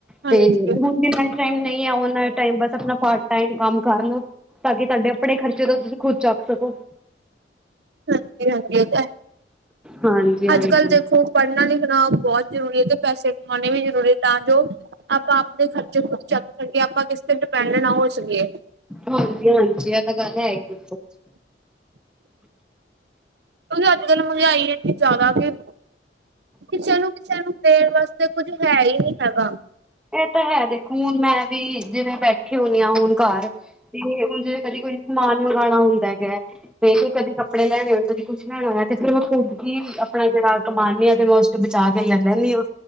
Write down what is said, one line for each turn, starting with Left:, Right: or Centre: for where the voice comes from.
Right: ਹਾਂਜੀ
Centre: -ਤੇ ਹੁਣ ਜਿ ਮ ਟਇਮ ਨਹੀਂ ਆ ਉਹ ਟਇਮ ਬਸ ਆਪਣਾ ਪਾਰਟ ਟਾਈਮ ਕੰਮ ਕਰਨ ਨੂੰ ਤਾਂ ਕਿ ਤੁਹਾਡੇ ਆਪਣੇ ਖਰਚੇ ਦਾ ਤੁਸੀਂ ਖੁਦ ਚੱਕ ਸਕੋ
Right: ਹਾਂਜੀ- ਹਾਂਜੀ, ਉਹ ਤਾਂ ਹੈ
Centre: ਹਾਂਜੀ-ਹਾਂਜੀ।
Right: ਅੱਜ -ਕੱਲ੍ਹ ਦੇਖੋ ਪੜ੍ਹਨਾ ਲਿਖਣਾ ਬਹੁਤ ਜ਼ਰੂਰੀ ਹੈ ਤੇ ਪੈਸੇ ਕਮਾਉਣੇ ਵੀ ਜ਼ਰੂਰੀ ਹੈ ਤਾਂ ਜੋ ਆਪਾਂ ਆਪਦੇ ਖਰਚੇ ਖੁਦ ਚੱਕ ਸਕੀਏ, ਆਪਾਂ ਕਿਸ ਤੇ ਡਿਪੈਂਡ ਨਾ ਹੋ ਸਕੀਏ
Centre: ਹਾਂਜੀ- ਹਾਂਜੀ ਇਹ ਤਾਂ ਗੱਲ ਹੈਗੀ
Right: ਕਿਉਂਕਿ ਅੱਜ -ਕੱਲ ਮੰਗਿਆਈ ਇੰਨੀ ਜ਼ਿਆਦਾ ਕਿ ਕਿਸੇ ਨੂੰ ਕਿਸੇ ਨੂੰ ਦੇਣ ਵਾਸਤੇ ਕੁੱਝ ਹੈ ਹੀ ਨਹੀਂ ਹੈਗਾ
Centre: ਇਹ ਤਾਂ ਹੈ ਦੇਖੋ ਹੁਣ ਮੈਂ ਵੀ ਜਿਵੇਂ ਬੈਠੇ ਹੁੰਦੀ ਹਾਂ, ਹੁਣ ਘਰ ਤੇ ਹ ਜੇ ਕਦੀ ਕੋਈ ਸਮਾਨ ਮੰਗਵਾਉਣਾ ਹੁੰਦਾ ਹੈਗਾ ਤੇ ਕਦੇ ਕੱਪੜੇ ਲੈਣੇ ਹੋਏ ਕਦੇ ਕੁਛ ਲੈਣਾ ਹੋਇਆ ਤੇ ਫੇਰ ਮੈਂ ਖੁਦ ਹੀ ਆਪਣਾ ਜਿਹੜਾ ਕਮਾਂਨੀ ਹਾਂ ਤੇ ਮੈਂ ਬਚਾ ਕੇ ਲੈ ਲੈਂਦੀ ਹਾਂ,